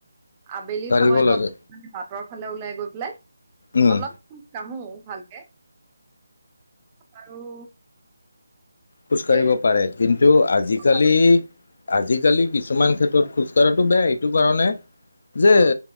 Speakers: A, on the right; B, on the left.
A: আবেলি
B: কাঢ়িব
A: সময়তো
B: লাগে
A: অলপ মানে বাটৰ ফালে ওলাই গৈ পেলাই
B: উম।
A: অলপ <unintelligible> ভালকে। আৰু,
B: খোজকাঢ়িব
A: সেয়ে
B: পাৰে, কিন্তু
A: খোজ কাঢ়িব
B: আজিকালি
A: পাৰো
B: আজিকালি কিছুমান ক্ষেত্ৰত খোজ কঢ়াটো বেয়া। এইটো কাৰণে যে
A: উম